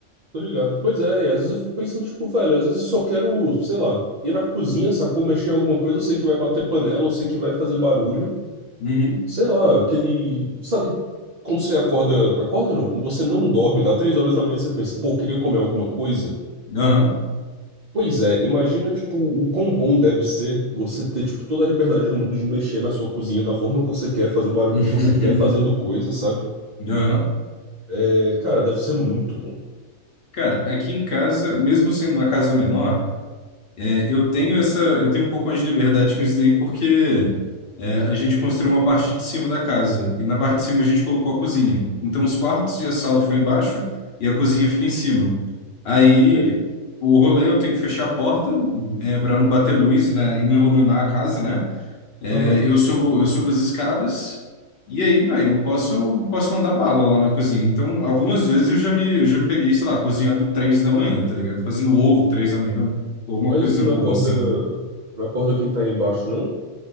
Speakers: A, on the right (about 75°); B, on the left (about 55°).
A: Tô ligado. Pois é, e às vezes eu fico pensando, tipo, velho, às vezes eu só quero, sei lá, ir na cozinha, sacou, mexer em alguma coisa, eu sei que vai bater panela, eu sei que vai fazer barulho.
B: Uhum.
A: Sei lá, aquele. Sabe, quando você acorda. Acorda não, quando você não dorme, dá três horas da manhã, e você pensa, pô, eu queria comer alguma coisa.
B: Aham.
A: Pois é, imagina, tipo, o quão bom deve ser você ter, tipo, toda a liberdade do mundo de mexer na sua cozinha da forma que você quer, fazer o barulho
B: <laughs>
A: que você quer, fazendo coisa, sabe?
B: Aham.
A: É, cara, deve ser muito bom.
B: Cara, aqui em casa, mesmo sendo uma casa menor, é, eu tenho essa, eu tenho um pouco mais de liberdade com isso daí, porque é, a gente construiu uma parte de cima da casa, e na parte de cima a gente colocou a cozinha. Então os quartos e a sala ficam embaixo, e a cozinha fica em cima. Aí
A: Ei.
B: o rolê eu tenho que fechar a porta, é, para não bater luz, né, e não iluminar a casa, né? É,
A: Aham.
B: eu subo, eu subo as escadas e aí, velho, eu posso, posso mandar bala lá na cozinha. Então, algumas vezes eu já me, eu já me peguei, sei lá, cozinhando três da manhã, tá ligado? Fazendo ovo três da manhã, ou alguma
A: Mas
B: coisa
A: não
B: boba
A: acorda,
B: assim.
A: não acorda quem tá aí embaixo, não?